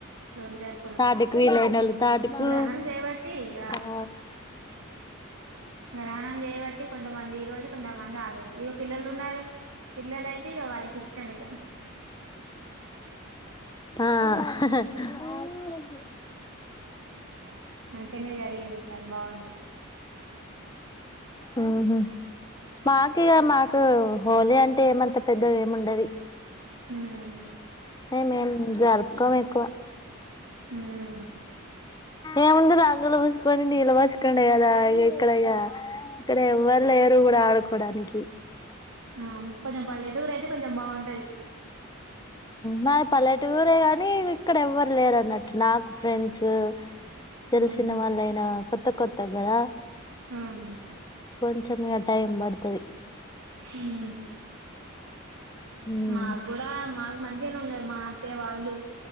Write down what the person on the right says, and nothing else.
రెండు జరుపుకున్నాం
గ్రహణం చేయబట్టి ఇగ
రాణండేవట్ తే కొంతమంది ఈ రోజు కొంతమంది ఆ రోజు ఇక పిల్లలు ఉన్నారు పిల్లల అయితే ఇగ వాళ్ళక్ ఇష్ట ష్టం ఈగ
మంచినే జరిగింది ఈసారి బాగుంది
ఫస్ట్
హ్మ్
హ్మ్
అవును కొంచెం పల్లెటూగురు అయితే కొంచెం బావుంటది
ఉహు
ఉహు
ఉం
మాకు కూడా మాక్ మంచిగానే ఉన్నారు మా అత్తె వాళ్ళు